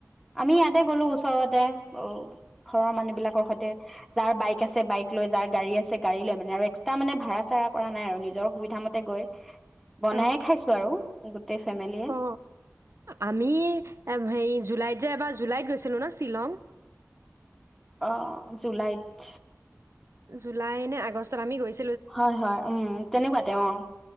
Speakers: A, in the centre; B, on the right.
A: আমি ইয়াতে গলো ওচৰতে অ ঘৰৰ মানুহ বিলাকৰ সৈতে যাৰ বাইক আছে বাইক লৈ যাৰ গাড়ী আছে গাড়ী লৈ মানে আৰু এক্সট্ৰা মানে ভাড়া চাডা কৰা নাই আৰু নিজৰ সুবিধা মতে গৈ বনায়ে
B: অ
A: খাইছো আৰু গোটেই ফেমিলিয়ে
B: অ আমি হেৰি জুলাইত যে এবাৰ জুলাইত গৈছিলোঁ ন শ্বিলং
A: অ জুলাইত
B: জুলাই নে আগষ্টত আমি গৈছো
A: হয় হয় উম তেনেকুৱা তেওঁ